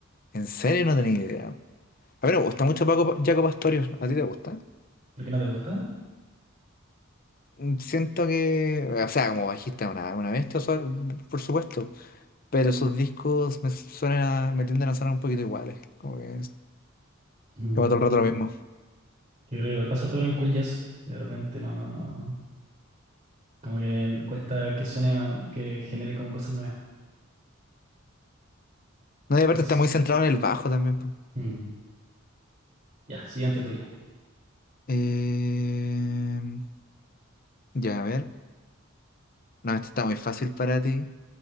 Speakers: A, on the left; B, on the right.
A: En serio, no tenía idea. A ver, me gusta mucho Paco, Jaco Pastorius. ¿A ti te gusta?
B: ¿Por qué no te gusta?
A: Mm, Siento que. O sea, como bajista, una, una bestia, so- por supuesto. Pero sus discos me suenan a- me tienden a sonar un poquito iguales. Como que es.
B: Mm.
A: Como todo el rato lo mismo.
B: Yo creo que igual pasarte con el cool jazz. De repente no, no. Como que cuesta que suene, ma- que genere como cosas nuevas.
A: No, y aparte
B: Vers-
A: está muy centrado en el bajo también. po.
B: Mm. Ya, siguiente tuya.
A: Eh, ya, a ver. No, este está muy fácil para ti.